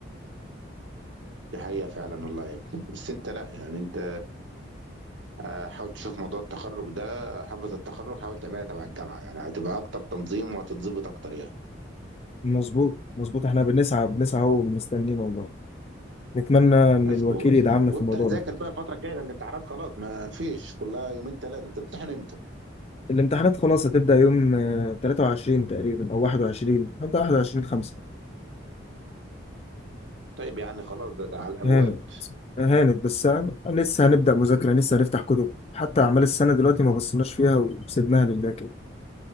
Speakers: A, on the right; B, on the left.
A: دي حقيقة فعلا والله يا ابني بس انت لا يعني انت آه، حاول تشوف موضوع التخرج ده حفلة التخرج حاول تعملها تبع الجامعة يعني هتبقى اكتر تنظيم وهتتظبط اكتر يعني
B: مظبوط مظبوط احنا بنسعى بنسعى ومستنيين والله نتمنى ان
A: بس
B: الوكيل
A: و-
B: يدعمنا
A: وابدأ
B: في الموضوع
A: ذاكر
B: ده
A: بقى الفترة الجاية ده الامتحانات خلاص ما فيش كلها يومين ثلاثة انت بتمتحن امتى؟
B: الامتحانات خلاص هتبدأ يوم آه، 23 تقريبا أو 21 حتى 21 5
A: طيب يعني خلاص ده, ده على الابواب
B: هانت هانت بس هن- لسه هنبدأ مذاكرة لسه هنفتح كتب حتى أعمال السنة دلوقتي ما بصيناش فيها وسيبناها لله كده